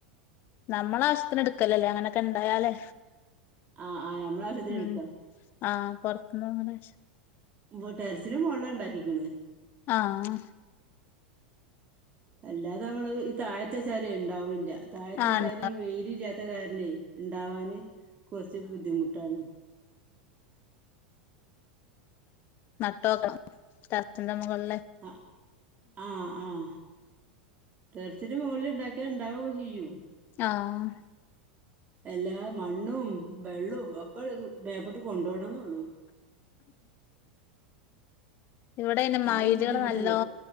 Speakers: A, on the left; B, on the right.
A: നമ്മളാവ്ശ്യത്തിന് ഇട്ക്കല ല്ലേ അങ്ങനൊക്കെ ഇണ്ടായാല്
B: ആഹ് ആഹ് നമ്മളെ ആവശ്യത്തിന് എടുക്കാ
A: ഉം ആ പൊർത്ത്ന്ന്ങ്ങനെ
B: ഉം ടെർസിൻ്റെ മോൾള്ളാ ഇണ്ടാക്കിക്ക്ണ്
A: ആഹ്
B: എല്ലാതെ അവള് താഴത്തെച്ചാലെ ഇണ്ടാവ്ണില്ല താഴത്തെച്ചാല്
A: ആഹ്
B: ഈ വെയ്ല് ഇല്ലാത്ത കാര്ണെ ഇണ്ടാവാന് കൊർച്ച് ബുദ്ധിമുട്ടാണ്
A: നാട്ടോക്കണം ടെറസിൻ്റെ മുകളിൽ
B: അ ആ ആഹ് കേൾ ഒത്തിരി മുകൾ ഇണ്ടാക്യാ ഇണ്ടാവൊക്കെ ചെയ്യും
A: ആഹ്
B: എല്ലാ മണ്ണും വെള്ളും ഒക്കെ മേപ്പെട്ട് കൊണ്ടോണന്നൊള്ളൂ
A: ഇവിടെ ഐന്
B: ആ
A: മൈലള്
B: ഒരു ബുദ്ധിമുട്ടുള്ളൂ
A: നല്ലോ